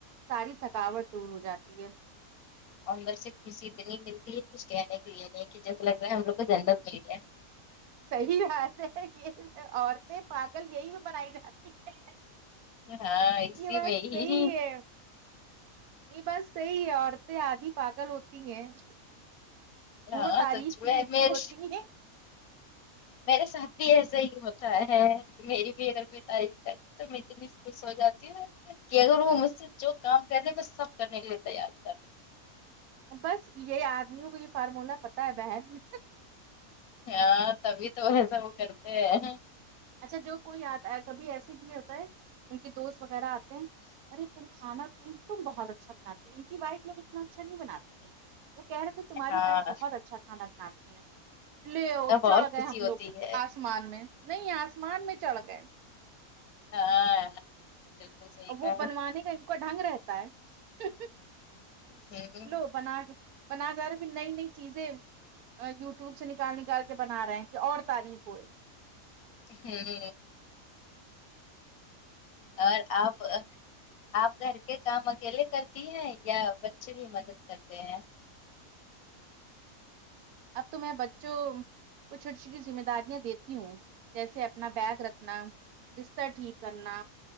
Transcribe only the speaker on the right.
ساری تھکاوٹ دور ہو جاتی ہے
صحیح بات ہے یہ عورتیں پاگل یہی بھی بنائی جاتی ہیں
یہ بات
صحیح ہے یہ بات صحی ہے عورتیں آدھی پاگل ہوتی ہیں
وہ تعریف
کی
بھوکی
ہوتی ہے
بس یہ آدمیوں کو یہ فارمولا پتا ہے بہن
اچھا جو کوئی آتا کبھی ایسے بھی ہوتا ہے ان کے دوست وغیرہ آتے ہیں ارے تم کھانا ت تم بہت اچھا بناتی ہے ان کی وائف لوگ اتنا اچھا نہیں بناتی ہیں وہ کہہ رہے تھے تمہاری
وائف بہت اچھا کھانا بناتی ہیں لیو
چڑھ
گئے ہم
لوگ
آسمان میں نہیں آسمان میں چڑھ گئے
اب
وہ بنوانے کا ان کا ڈھنگ رہتا ہے
لو بنا بنا جا رہا فر نئی نئی چیزیں یوٹیوب سے نکال نکال کے بنا رہے ہیں کہ اور تعریف ہوئے
اب تو میں بچوں کو چھوٹی چھوٹی ذمہ داریاں دیتی ہوں جیسے اپنا بیگ رکھنا بستر ٹھیک کرنا